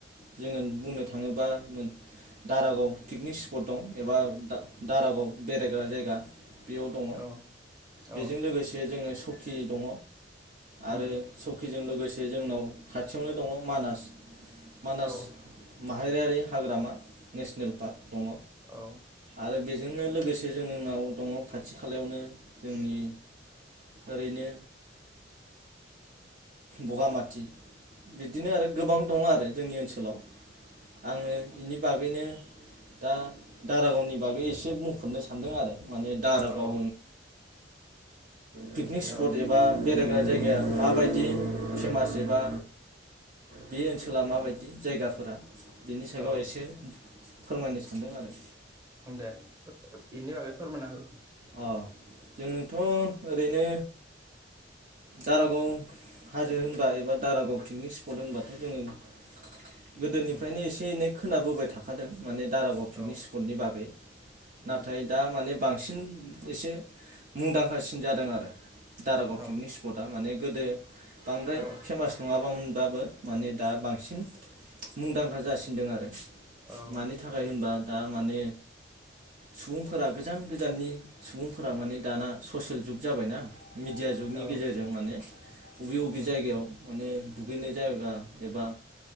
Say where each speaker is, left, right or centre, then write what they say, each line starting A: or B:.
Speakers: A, on the right (about 45°); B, on the right (about 20°).
A: जोङो बुंनो थाङोबा दारागाव पिकनिक सिफथ दं एबा दारागाव। बेरायग्रा जायगा। बेयाव दङ
B: औ
A: बेजों
B: औ
A: लोगोसे जोङो स दङ। आरो
B: उम
A: सकिजों लोगोसे। जोंनाव खाथियावनो। दङ मानास मानास
B: औ
A: म माहारिआरि हाग्रामा। नेसनेल पार्क दङ
B: औ
A: आरो। बेजोंनो लोगोसे जों नाव दङ खाथि खा खालायावनो जोंनि ओरैनो बगामाथि। बिदिनो आरो गोबां दङ आरो। जोंनि ओनसोलाव आङो बेनि बागैनो दा दारागावनि बागै एसे बुंफोरनो सानदों आरो। माने दारागाव
B: औ
A: पिकनिक स्पट
B: औ
A: एब बेरायग्रा जायगाया माबायदि फेमास एबा बे ओनसोला माबायदि जायगाफोरा? बिनि सायगाव
B: औ
A: एसे फोरमायनो सानदों आरो।
B: ओम दे बिनि बागै फोरमायना हो।
A: अ जोंथ' ओरैनो दारागाव हाजो होनबा एबा दारागाव पिकनिक स्पट होनबाथ' जोङो गोदोनिफ्रायनो
B: उम
A: एसे एनै खोनाबोबाय थाखादों माने दारागाव पिकनिक
B: औ
A: स्पटनि बागै नाथाय
B: उम
A: दा माने बांसिन एसे मुंदांखासिन जादों आरो। दारागाव
B: औ
A: पिकनिक स्पटआ माने गोदो बांद्राय
B: औ
A: फेमास नङाबामोन। बाबो माने दा बांसिन मुंदांखा जासिनदों आरो।
B: औ
A: मानि थाखाय होनबा दा माने सुबुंफोरा गोजान गोजाननि सुबुंफोरा माने दाना ससियेल जुग जाबायना मेडिया जुगनि
B: औ
A: गेजेरजों माने बबे बबे
B: उम
A: जायगायाव माने दुगैनाय जायगा एबा